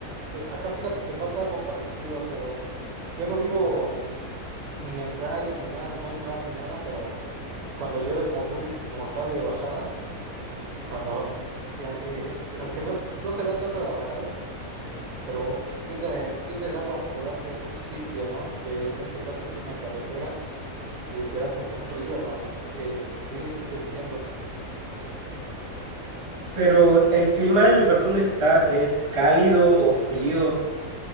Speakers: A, on the right (about 75°); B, on the right (about 35°).
A: y acá fíjate que pasa algo parecido, pero yo no vivo ni en playa ni nada, no hay mar ni nada, pero cuando llueve, como tú dices, como está de bajada, cuando, y aunque, y aunque no, es- no se vea tanta la bajada. pero tiende, tiende el agua a acumularse en un sitio, ¿no? Que en este caso es una carretera y te lanzas un río, hermano. Así que sí, sí te entiendo.
B: Pero el clima del lugar donde estás es cálido o frío.